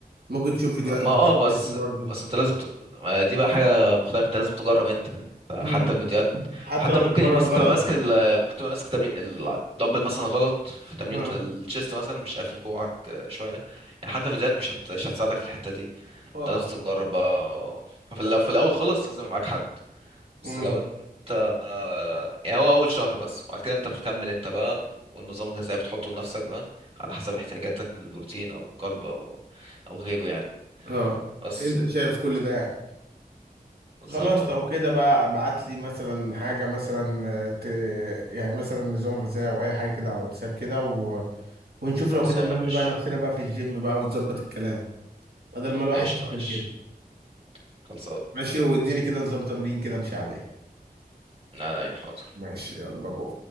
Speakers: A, on the right; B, on the right.
A: ممكن تشوف فيديوهات
B: ما
A: عن
B: اه
A: تمرين
B: بس
A: النت برضه
B: بس انت لازم ت... ما دي بقى حاجه مختلفه انت لازم تجرب انت حتى
A: مم.
B: الفيديوهات
A: حتى
B: حتى
A: لو بتمرن
B: ممكن مثلا
A: غلط
B: تبقى ماسك ال... ممكن تبقى ماسك تمرين الدمبل مثلا غلط في تمرين
A: ها
B: الشيست مثلا مش قافل كوعك آه، شويه يعني حتى الفيديوهات مش هت... مش هتساعدك في الحته دي
A: اه
B: انت لازم تجرب بقى ففي- لو في الاول خالص لازم معاك حد
A: مم.
B: بس لو انت يعني هو اول شهر بس وبعد كده انت بتكمل انت بقى والنظام الغذائي بتحطه لنفسك بقى على حسب احتياجاتك من البروتين او الكرب او او غيره يعني
A: اه
B: بس
A: انت
B: كده.
A: شايف كل ده يعني
B: بالظبط
A: خلاص
B: اه
A: لو كده بقى ابعت لي مثلا حاجة مثلا آه، ت... يعني مثلا نظام غذائي او اي حاجة كده على الواتساب كده و... ونشوف
B: خلصانه
A: لو كده ننمي
B: ماشي
A: بقى نفسنا بقى في الجيم بقى ونظبط الكلام بدل ما الواحد
B: قشطه
A: يتنكد
B: ماشي
A: كده
B: خلصانه
A: ماشي واديني كده نظام تمرين كده امشي عليه
B: لا لا يا حاضر
A: ماشي يلا بو